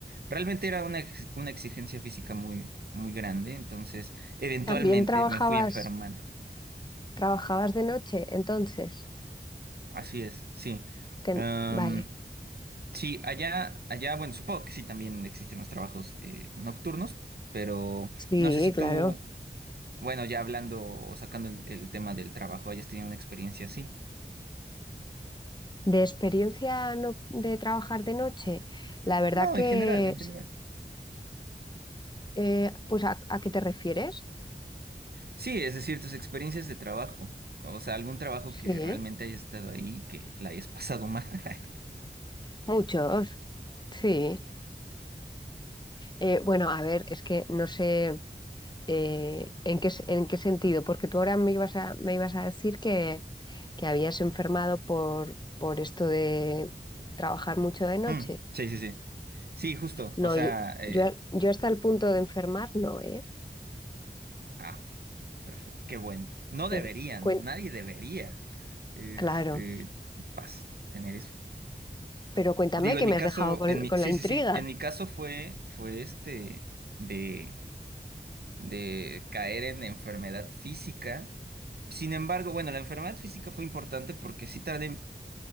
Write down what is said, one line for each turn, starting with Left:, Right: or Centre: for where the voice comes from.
Right: realmente era una, ex- una exigencia física muy, muy grande, entonces eventualmente
Left: También trabajabas,
Right: me fui enfermando,
Left: trabajabas de noche, entonces.
Right: así es, sí.
Left: Ten-
Right: Am,
Left: Vale.
Right: sí, allá, allá, bueno, supongo que sí también existen los trabajos eh, nocturnos, pero
Left: Sí,
Right: no sé si tú...
Left: claro.
Right: Bueno, ya hablando o sacando el, el tema del trabajo, ¿hayas tenido una experiencia así?
Left: De experiencia no- de trabajar de noche, la verdad
Right: No,
Left: que,
Right: en general, en general.
Left: eh, pues, ¿a, a qué te refieres?
Right: Sí, es decir, tus experiencias de trabajo. O sea, algún trabajo
Left: Sí.
Right: que realmente hayas estado ahí y que la hayas pasado mal. <laughs>
Left: Muchos. Sí. Eh, bueno, a ver, es que no sé eh, en qué, s- en qué sentido, porque tú ahora me ibas a, me ibas a decir que, que habías enfermado por, por esto de trabajar mucho de noche.
Right: Mm, sí, sí, sí. Sí, justo.
Left: No,
Right: O sea,
Left: yo,
Right: eh,
Left: yo, yo hasta el punto de enfermar no, ¿eh?
Right: ah, perfecto. Qué bueno. No
Left: Pero,
Right: debería, ¿no?
Left: cuen-
Right: Nadie debería, este,
Left: claro,
Right: pas, tener eso.
Left: pero cuéntame
Right: Digo,
Left: que
Right: en
Left: me
Right: mi
Left: has
Right: caso,
Left: dejado con,
Right: en mi,
Left: con
Right: sí,
Left: la intriga.
Right: sí, sí. En mi caso fue, fue este, de de caer en enfermedad física. Sin embargo, bueno, la enfermedad física fue importante porque sí tardé,